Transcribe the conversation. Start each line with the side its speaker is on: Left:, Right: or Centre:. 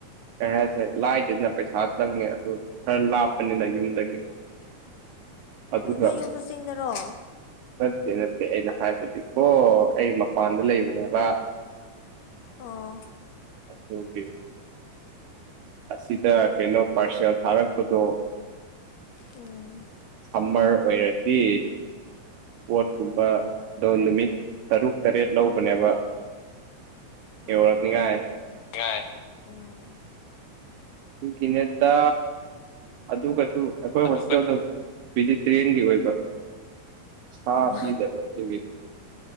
Right: ꯀꯩ ꯍꯥꯏꯔꯁꯦ ꯂꯥꯏꯗꯅ ꯄꯩꯁꯥ ꯆꯪꯉꯦ ꯑꯗꯨ ꯈꯔ ꯂꯥꯞꯄꯅꯤꯅ ꯌꯨꯝꯗꯒꯤ
Left: <unintelligible>
Right: ꯑꯗꯨꯒ
Left: ꯑꯣ ꯅꯣꯏ ꯌꯨꯝꯁꯨ ꯆꯤꯡꯗꯔꯣ
Right: ꯅꯠꯇꯦ ꯅꯠꯇꯦ ꯑꯩꯅ ꯍꯥꯏꯕꯗꯤ ꯑꯣ ꯑꯩ ꯃꯄꯥꯟꯗ ꯂꯩꯕꯅꯦꯕ
Left: ꯑꯥ
Right: <unintelligible> ꯑꯁꯤꯗ ꯀꯩꯅꯣ ꯄꯥꯔꯁꯦꯜ ꯊꯥꯔꯛꯄꯗꯣ
Left: ꯎꯝ
Right: ꯁꯝꯃꯔ ꯑꯣꯏꯔꯗꯤ ꯄꯣꯠꯀꯨꯝꯕ
Left: ꯎꯝ
Right: ꯑꯗꯣ ꯅꯨꯃꯤꯠ ꯇꯔꯨꯛ ꯇꯔꯦꯠ ꯂꯧꯕꯅꯦꯕ
Left: ꯍꯣꯏ
Right: ꯌꯧꯔꯛꯅꯤꯡꯉꯥꯏ
Left: ꯌꯥꯏ ꯎꯝ
Right: ꯀꯤꯅꯦꯠꯇ ꯑꯗꯨꯒꯁꯨ ꯑꯩꯈꯣꯏ
Left: ꯑꯗꯨꯒ
Right: ꯍꯣꯁꯇꯦꯜꯗ ꯚꯦꯖꯤꯇꯔꯤꯟꯒꯤ ꯑꯣꯏꯕ ꯁꯥ
Left: ꯑꯣ
Right: ꯄꯤꯗꯕ ꯑꯗꯨꯈꯒꯤ